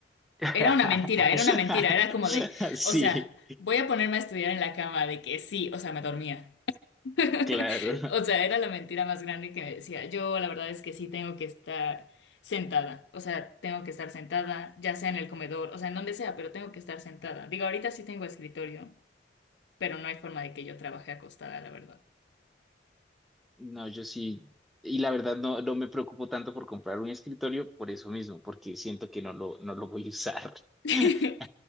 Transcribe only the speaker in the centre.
<laughs>
Sí,
claro.
No, yo sí, y la verdad no, no me preocupo tanto por comprar un escritorio por eso mismo, porque siento que no lo, no lo voy a usar.
<laughs>